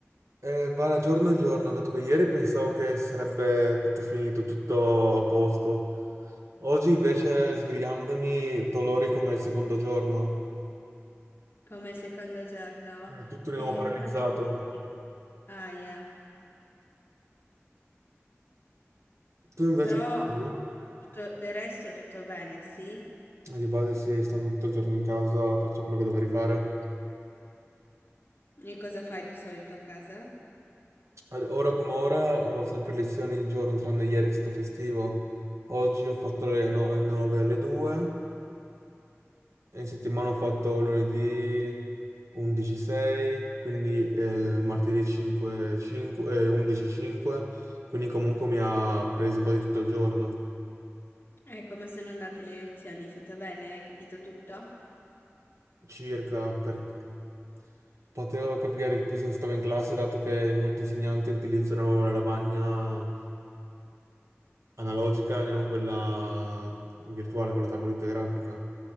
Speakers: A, on the right; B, on the left.
A: Eh, va da giorno in giorno, dato che ieri pensavo che sarebbe tutto finito, tutto a posto. Oggi invece svegliandomi, dolori come il secondo giorno.
B: Come il secondo giorno?
A: È tutto di
B: E
A: nuovo paralizzato.
B: cosa senti? Aia.
A: Tu invece,
B: Però
A: come
B: tutto, del resto tutto bene, sì?
A: sei? di base, sì, stando tutto il giorno in casa, faccio quello che dovrei fare.
B: E cosa fai di solito a casa?
A: Ad- Ora come ora ho sempre lezioni ogni giorno, tranne ieri che sto festivo. Oggi ho fatto le 9 alle 2 e in settimana ho fatto lunedì 11.6, quindi eh, martedì 5, 5, eh, 11.5, quindi comunque mi ha preso quasi tutto il giorno,
B: È come sono andate le lezioni, tutto bene? Hai capito tutto?
A: circa perché... Potevo capire di più se stavo in classe, dato che molti insegnanti utilizzano la lavagna analogica e non quella virtuale con la tavoletta grafica.